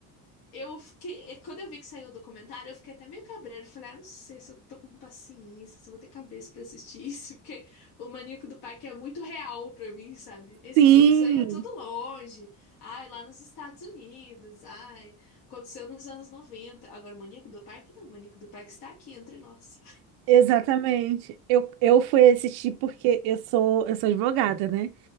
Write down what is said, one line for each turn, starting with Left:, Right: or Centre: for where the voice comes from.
Left: eu fiquei. é, Quando eu vi que saiu o documentário, eu fiquei até meio cabreiro. Falei, ah, não sei se eu tô com paciência, se eu vou ter cabeça pra assistir isso, <laughs> porque o Maníaco do Parque é muito real pra mim, sabe? Esses
Right: sim,
Left: outros aí é tudo longe. Ai, lá nos Estados Unidos. Ai, aconteceu nos anos noventa Agora, o Maníaco do Parque não. O Maníaco do Parque está aqui entre nós.
Right: exatamente. Eu, eu fui assistir porque eu sou, eu sou advogada, né?